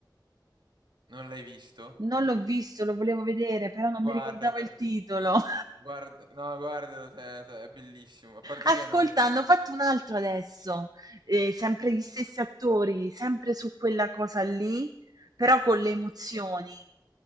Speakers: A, on the right; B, on the right.
A: non l'hai visto?
B: non l'ho visto, lo volevo vedere, però non
A: Guarda.
B: mi ricordavo il titolo. <laughs>
A: Guarda, no, guarda, cioè, cioè, è bellissimo. A parte
B: Ascolta,
A: che è molto.
B: hanno fatto un altro adesso, eh, sempre gli stessi attori, sempre su quella cosa lì, però con le emozioni.